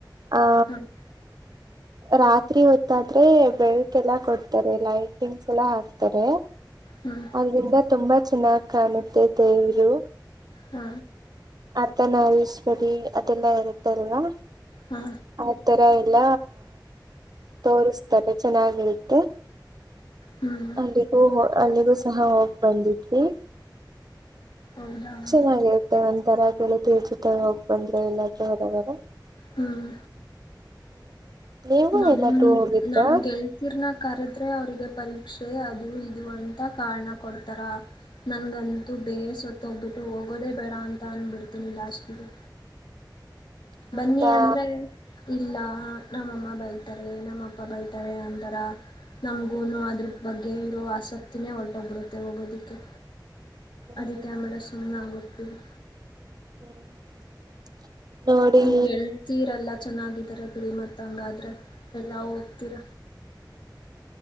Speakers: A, on the right (about 55°); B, on the left (about 75°).
A: ಹ
B: ಹ್ಮ್
A: ರಾತ್ರಿ ಹೊತ್ತಾದ್ರೆ ಬೆಳಕೆಲ್ಲ ಕೊಡ್ತಾರೆ, ಲೈಟಿಂಗ್ಸ್ ಎಲ್ಲ ಹಾಕ್ತಾರೆ
B: ಹ್ಮ್
A: ಅದರಿಂದ ತುಂಬ ಚೆನ್ನಾಗ್ ಕಾಣುತೈತೆ ಇವ್ರು.
B: ಹಾ
A: ಅರ್ಧನಾರಿಶ್ವರಿ ಅದೆಲ್ಲಾ ಇರುತ್ತಲ್ವಾ
B: ಹಾ
A: ಆ ತರ ಎಲ್ಲ ತೋರುಸ್ತಾರೆ ಚೆನ್ನಾಗಿರುತ್ತೆ
B: ಹ್ಮ್
A: ಅಲ್ಲಿಗೂ ಹ ಅಲ್ಲಿಗೂ ಸಹ ಹೋಗ್ ಬಂದಿದ್ವಿ.
B: ಹೌದಾ
A: ಚೆನ್ನಾಗಿರುತ್ತೆ ಒಂತರ ಗೆಳಿಯತಿರ್ ಜೊತೆ ಹೋಗ್ ಬಂದ್ರೆ ಎಲ್ಲಾದ್ರೂ ಹೊರಗಡೆ.
B: ಹ್ಮ್
A: <unintelligible>
B: ನಮ್
A: ಎಲ್ಲಾದ್ರೂ ಹೋಗಿದ್ರಾ
B: ನಮ್ ಗೆಳ್ತೀರ್ನ. ಕರುದ್ರೆ ಅವ್ರಿಗೆ ಪರೀಕ್ಷೆ ಅದು ಇದು ಅಂತ ಕಾರ್ಣ ಕೊಡ್ತಾರ ನನ್ಗಂತೂ ಬೇಸೊತ್ತಗ್ಬಿಟ್ಟು ಹೋಗೋದೇ ಬೇಡ ಅಂತ ಅನ್ಬಿಡ್ತೀನಿ ಲಾಸ್ಟಿಗೆ.
A: ಹೌದಾ
B: ಬನ್ನಿ ಅಂದ್ರೆ ಇಲ್ಲ. ನಮ್ಮಮ್ಮ ಬೈತಾರೆ ನಮ್ ಅಪ್ಪ ಬೈತಾರೆ ಅಂತಾರ ನಮ್ಗೂನು ಅದ್ರ ಬಗ್ಗೆ ಇರೋ ಆಸಕ್ತಿನೇ ಹೊಲ್ಟೋಗ್ಬಿಡುತ್ತೆ ಹೋಗೋದಿಕ್ಕೆ.
A: ಹ್ಮ್
B: ಅದಕ್ಕೆ ಅಮೇಲೆ ಸುಮ್ನ ಆಗು ತಿವಿ.
A: <unintelligible> ನೋಡಿ
B: ನಿಮ್ಗೆಳ್ತೀರೆಲ್ಲ ಚೆನ್ನಾಗಿದರೆ ಬಿಡಿ ಮತ್ತಂಗಾದ್ರೆ ಎಲ್ಲಾ ಹೋಗ್ತೀರ.